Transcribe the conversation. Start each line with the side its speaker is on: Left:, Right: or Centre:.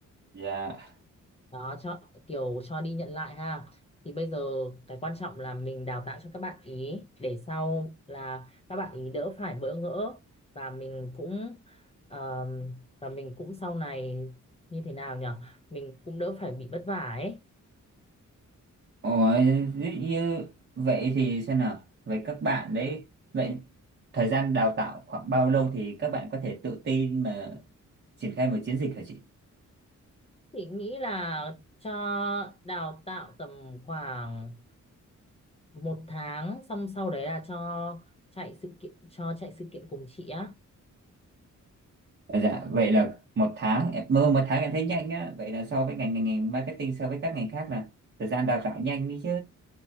Right: Dạ.
Left: Đó, cho kiểu cho đi nhận lại ha. Thì bây giờ cái quan trọng là mình đào tạo cho các bạn ý để sau là các bạn ý đỡ phải bỡ ngỡ và mình cũng ờm, và mình cũng sau này như thế nào nhở Mình cũng đỡ phải bị vất vả ấy.
Right: Ủa, ví dụ như vậy thì xem nào, với các bạn đấy, vậy thời gian đào tạo khoảng bao lâu thì các bạn có thể tự tin mà triển khai một chiến dịch hả chị?
Left: Thì nghĩ là cho đào tạo tầm khoảng một tháng xong sau đấy là cho chạy sự kiện cho chạy sự kiện cùng chị á
Right: À, Dạ, vậy là một tháng, em mơ một tháng em thấy nhanh á, vậy là so với ngành ngành, ngành marketing so với các ngành khác là thời gian đào tạo nhanh đi chứ.